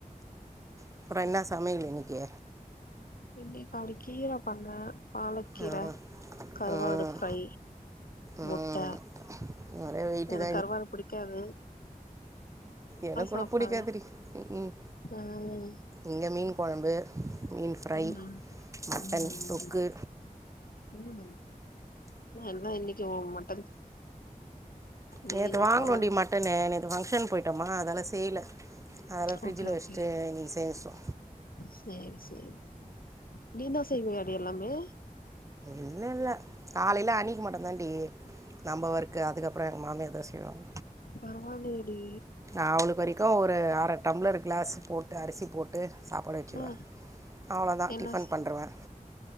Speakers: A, on the right (about 20°); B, on the left (about 75°).
A: அப்ற என்னா சமயல் இன்னிக்கி
B: இன்னைகா ஒரு கீர பண்ண பாலக்கீர
A: ம்
B: கருவாடு
A: ம்
B: ஃப்ரை
A: ம்
B: முட்ட
A: ஒரே வெயிட்டு
B: எனக் கருவாடு புடிக்காது
A: எனக்கூட
B: சாப்ட்டாங்க
A: புடிக்காதுடி ம் ம்
B: ம்
A: இங்க மீன் கொழம்பு மீன் ஃப்ரை
B: ம்
A: மட்டன்
B: ம் ம்
A: தொக்கு
B: ம் ந தா இன்னிக்கி ஒ மட் மீனு
A: நேத்து வாங்ணோடி
B: கொழம்பு
A: மட் டனு நேத்து ஃபங்க்ஷன் போய்ட்டோமா அதால செய்ல அதலா ஃப்ரிஜ்ஜில
B: ஓகே
A: வச்ட்டு
B: ஓகே
A: இன்னிக் செஞ்சோ
B: சேரி சேர் நீ தா செய்வியாடி எல்லாமே
A: இல்லல்ல காலைல அனிக் மட்டுதாண்டி நம்ப ஒர்க்கு அதுக்கப்றோ எங் மாம்யாதா செய்வாங்
B: பரவால்லியேடி
A: அவ்ளுக் வரிக்கு ஒரு அர டம்ளரு கிளாஸ் போட்டு அரிசி போட்டு சாப்பாடு வெச்சுருவே
B: ஆ
A: அவ்ளோதா
B: என்ன
A: டிஃபன் பண்ருவே